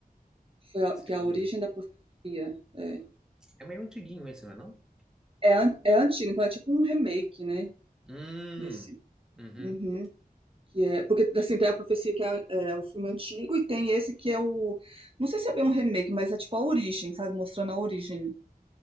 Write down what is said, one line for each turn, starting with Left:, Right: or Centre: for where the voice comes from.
Right: que foi
Centre: A
Right: a,
Centre: segunda.
Right: que é a origem da profecia. É,
Centre: É meio antiguinho esse, não é não?
Right: é, an- é antigo, então é tipo um remake, né,
Centre: Hum.
Right: desse.
Centre: Uhum.
Right: Uhum, que é, porque, assim, tem A Profecia, que é, é o filme antigo, e tem esse que é o, não sei se é bem um remake, mas é tipo a origem, sabe, mostrando a origem.